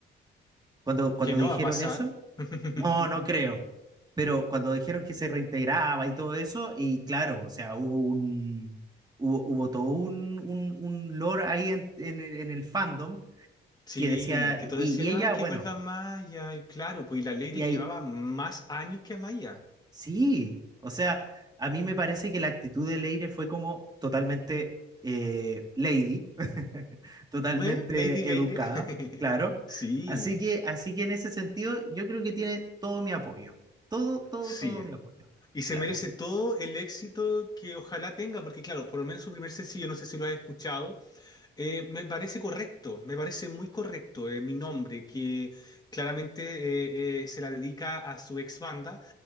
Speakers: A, on the right; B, on the left.
A: cuando, cuando
B: Que
A: dijeron
B: no va a pasar.
A: eso.
B: <laughs>
A: No, no creo. Pero cuando dijeron que se reintegraba y todo eso, y claro, o sea, hubo un, hubo, hubo todo un, un, un lore ahí en, en el en el fandom
B: Sí,
A: que decía,
B: que
A: y,
B: todos decían,
A: y ella,
B: ay, que
A: bueno,
B: vuelva Amaya, y claro, pues y la Lady
A: y ahí,
B: llevaba más años que Amaya.
A: sí, o sea, a mí me parece que la actitud de Leire fue como totalmente eh, lady, <laughs> totalmente
B: ¿Eh? Lady Leire.
A: educada,
B: <laughs>
A: claro.
B: Sí,
A: Así que, así que en ese sentido, yo creo que tiene todo mi apoyo, todo, todo,
B: sí.
A: todo mi apoyo.
B: Y se
A: Claro,
B: merece
A: así
B: todo el éxito que ojalá tenga, porque claro, por lo menos su primer sencillo, no sé si lo has escuchado, eh, me parece correcto, me parece muy correcto eh, mi nombre, que claramente eh, eh, se la dedica a su ex banda.